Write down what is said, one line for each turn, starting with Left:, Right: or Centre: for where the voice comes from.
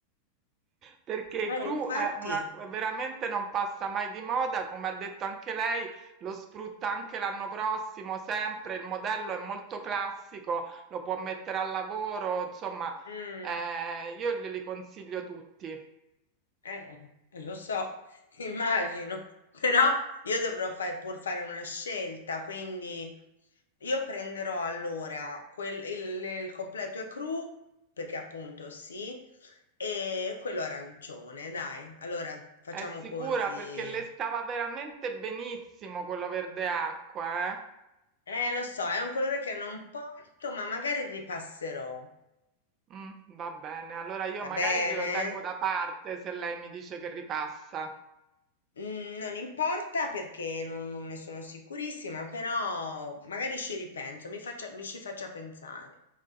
Right: perché
Left: Eh,
Right: Cru
Left: infatti...
Right: è una veramente non passa mai di moda, come ha detto anche lei, lo sfrutta anche l'anno prossimo, sempre, il modello è molto classico, lo può mettere al lavoro, insomma,
Left: Mm,
Right: eh, io glieli consiglio tutti.
Left: eh, lo so, <laughs> immagino, però io dovrò fa- pur fare una scelta, quindi io prenderò allora quel- il, il completo e cru, perché appunto sì, e quello arancione, dai, allora facciamo
Right: È sicura
Left: così.
Right: perché le stava veramente benissimo quello verde acqua, eh?
Left: Eh, lo so, è un colore che non porto, ma magari ripasserò,
Right: Mm, va bene, allora io
Left: va
Right: magari
Left: bene?
Right: glielo tengo da parte se lei mi dice che ripassa.
Left: Mm, Non importa perché non, non ne sono sicurissima, però magari ci ripenso, mi faccia, mi ci faccia pensare,